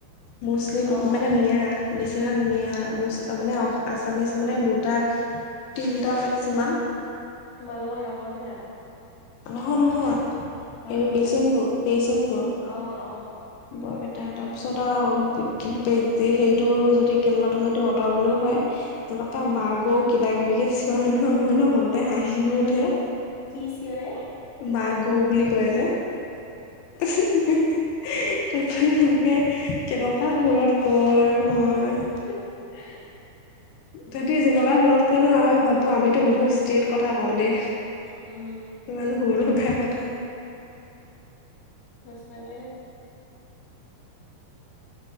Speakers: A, on the left; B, on the left.
A: মুছলিম
B: অ',
A: মানে মিয়া। বেছিভাগ মিয়া ম মানে আছামিছ মানে দুটা তিনিটা মেক্সিমাম
B: তোমালোকৰ লগৰ বিলাক
A: নহয় নহয়
B: মানুহ
A: হেৰি
B: বিলাক
A: পেচেণ্টবোৰ পেচেণ্টবোৰ
B: অ, অ
A: বৰপেটাৰ তাৰপিছত আৰু হেৰিটো যদি কেৰেলাটো যদি কম হলো হয় যেনেকোৱা
B: উম,
A: মা বহুত কিবা কিবি যে চিঞৰে নহয় মোৰ নহয় মনতে হাঁহিও উঠে।
B: কি চিঞৰে?
A: মাগু বুলি কয় যে উ হু হু হু তাৰপিছত তেনেকে কেনেকোৱা সুৰত কয় হয়
B: হে হে
A: তেহেতে যেনেকোৱা সুৰত কয় ন আমি ভাবো আমিতো বহুত ষ্ট্ৰেট কথা কও দেই। ইমানো
B: উম,
A: সুৰ লগাই কথা
B: সঁচাকে দেই।